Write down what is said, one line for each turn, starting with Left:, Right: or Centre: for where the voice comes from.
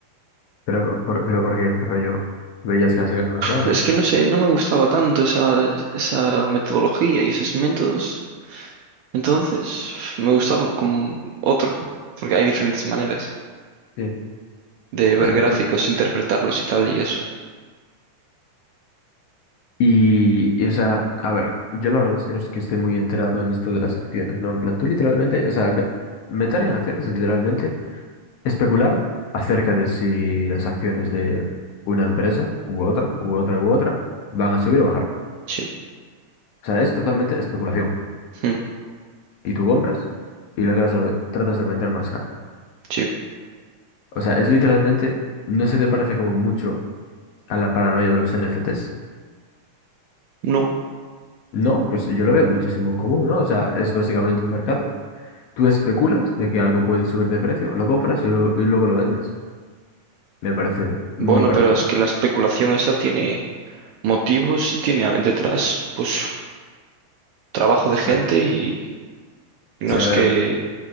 Left: pero, por, pero ¿por qué, rollo? ¿Veías que así ganabas
Right: Pero
Left: más o
Right: es que
Left: qué?
Right: no sé, no me gustaba tanto esa, esa metodología y esos métodos. Entonces, me gustaba como otro, porque hay diferentes maneras
Left: Sí.
Right: de ver
Left: O sea,
Right: gráficos,
Left: entonces,
Right: interpretarlos y tal y eso.
Left: y, y, o sea, a ver, yo la verdad es que no es que esté muy enterado en esto de las acciones, ¿no? En plan, tú literalmente, o sea, ga- meter en acciones es literalmente Especular acerca de si las acciones de una empresa u otra, u otra, u otra, van a subir o bajar.
Right: Sí,
Left: O sea, es totalmente especulación.
Right: mm,
Left: Y tú compras y lo tratas, a- tratas de vender más caro.
Right: sí,
Left: O sea, es literalmente, ¿no se te parece como mucho a la paranoia de los NFTs?
Right: no.
Left: No, pues yo lo veo muchísimo en común, ¿no? O sea, es básicamente un mercado. Tú especulas de que algo puede subir de precio, lo compras y, lo- y luego lo vendes. Me parece muy
Right: Bueno,
Left: parecido.
Right: pero es que la especulación esa tiene motivos si tiene al- detrás, pues trabajo de gente
Left: A ver,
Right: y no
Left: Sí,
Right: es
Left: a ver,
Right: que